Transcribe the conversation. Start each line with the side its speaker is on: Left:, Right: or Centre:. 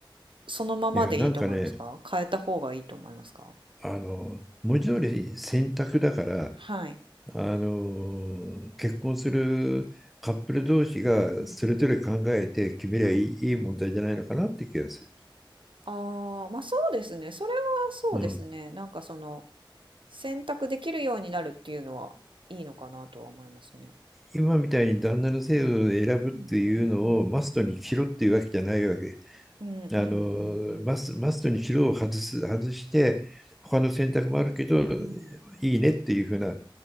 Right: そのままでいいと思いますか変えた方がいいと思いますか
Centre: いやなんかねあの文字通り選択だから
Right: はい。
Centre: あの結婚するカップル同士がそれぞれ考えて決めりゃいい、
Right: うんうん。はい。
Centre: いい問題じゃないのかなって気がする。
Right: ああ、まあそうですね。それはそうですね。
Centre: うん、
Right: なんかその、選択できるようになるっていうのはいいのかなとは思いますね。
Centre: 今みたいに旦那の姓を選ぶっていうのをマストにしろっていうわけじゃないわけ。
Right: うんうんうんうんうんうんうん。
Centre: あのマス、マストにしろを外す、外して他の選択もあるけど
Right: うん。
Centre: いいねっていうふうな